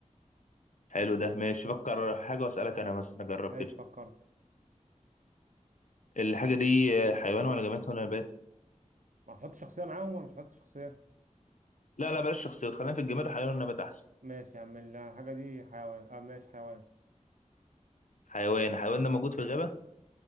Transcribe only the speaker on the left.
حلو ده ماشي فكر حاجة واسألك أنا مثلا أجرب
كده
الحاجة دي حيوان ولا جماد ولا نبات؟
لا لا بلاش شخصيات خلينا في الجماد والحيوان والنبات أحسن
حيوان الحيوان ده موجود في الغابة